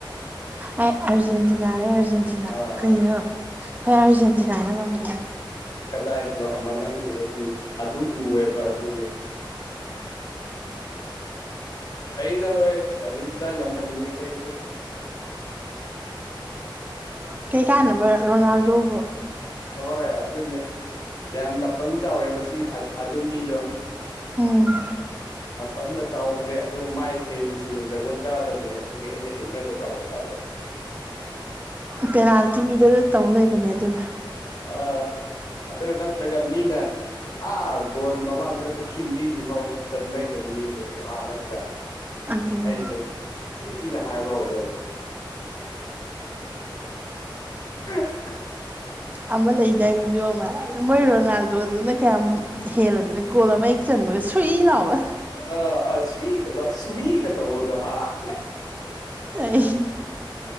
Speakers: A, on the right; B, on the left.
A: ꯑꯩ ꯑꯥꯔꯖꯦꯟꯇꯤꯅꯥꯅꯦ ꯑꯥꯔꯖꯦꯟꯇꯤꯅꯥ
B: ꯑꯥ
A: ꯀꯩꯅꯣ ꯈꯣꯏ ꯑꯥꯔꯖꯦꯟꯇꯤꯅꯥꯅ ꯉꯝꯗꯣꯏꯅꯦ꯫
B: ꯀꯗꯥꯥꯏꯅꯣ ꯑꯃ ꯅꯪꯒꯤꯗꯣ ꯑꯗꯨ ꯎꯑꯦꯕ ꯑꯗꯨꯒꯤ꯫ ꯑꯩꯗꯣ ꯍꯣꯏ ꯑꯥꯔꯖꯦꯟꯇꯤꯅꯥ ꯉꯝꯍꯟꯅꯤꯡꯉꯦꯗ ꯑꯩꯁꯨ꯫
A: ꯀꯩꯀꯥꯟꯅꯕ ꯔꯣꯅꯥꯜꯗꯣꯕꯨ꯫
B: ꯍꯣ ꯍꯣꯏ ꯑꯗꯨꯅꯦ ꯌꯥꯝ ꯂꯄ ꯆꯥꯎꯋꯦ ꯑꯗꯨ ꯃꯤꯗꯣ꯫
A: ꯎꯝ
B: ꯅꯥꯄꯟ ꯆꯥꯎꯕꯅꯦ ꯑꯗꯨꯒ ꯃꯥꯏ ꯐꯦꯟꯁꯤꯡꯅ ꯖꯒꯣꯠ ꯆꯥꯗꯕꯅꯦ ꯑꯗꯨꯒꯤ ꯑꯩꯗꯤ ꯍꯩꯅꯗꯕ ꯍꯥꯏꯇꯥꯔꯦ꯫
A: <inaudible> ꯄꯦꯅꯥꯜꯇꯤꯗ ꯇꯧ ꯂꯩꯕꯅꯦ ꯑꯗꯨꯅ
B: ꯑ ꯑꯗꯨ ꯅꯠꯇ꯭ꯔꯒ ꯃꯤꯅ ꯑꯥ ꯒꯣꯜꯒꯤ ꯃꯃꯥꯡꯗ ꯈꯛꯇ ꯈꯤꯟꯕꯤꯗ꯭ꯔꯤꯐꯥꯎ ꯆꯟꯕ ꯍꯩꯇꯕ ꯃꯤꯗꯣ ꯑꯥ ꯅꯠꯇ꯭ꯔꯥ꯫
A: ꯑꯗꯨ
B: ꯑꯩꯁꯦ ꯆꯤ ꯆꯤꯅ ꯍꯥꯏꯕ ꯍꯧꯗꯣꯔꯦ꯫ <unintelligible>
A: ꯑꯃ ꯂꯩꯗꯥꯏ ꯕꯤꯗꯤꯑꯣ ꯑꯃ ꯃꯣꯏ ꯔꯣꯅꯥꯜꯗꯣꯗꯨꯅ ꯀꯌꯥꯝ ꯍꯦꯜꯂꯗꯅ ꯒꯣꯜ ꯑꯃ ꯑꯩ ꯆꯟꯕꯒ ꯁꯨꯏ ꯂꯥꯎꯕ
B: ꯑ ꯑ ꯁꯒꯂ ꯁꯃꯒ ꯇꯧꯕꯗꯣ ꯍꯥ <inaudible>
A: ꯑꯩ